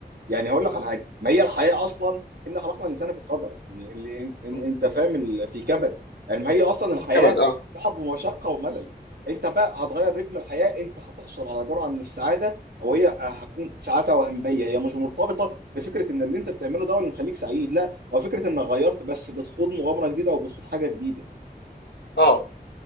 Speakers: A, on the right; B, on the left.
A: يعني هقول لك على حاجه ما هي الحياه اصلا ان خلقنا الانسان في قدر يعني اللي إن- إن-
B: مم.
A: انت فاهم ال- في كبد يعني ما هي اصلا الحياه
B: في كبد اه
A: تعب ومشقه وملل انت بقى هتغير رتم الحياه انت هتحصل على جرعه من السعاده او هي هتكون سعاده وهميه هي مش مرتبطه بفكره ان اللي انت بتعمله ده هو اللي مخليك سعيد لا هو فكره انك غيرت بس بتخوض مغامره جديده او بتخوض حاجه جديده
B: اه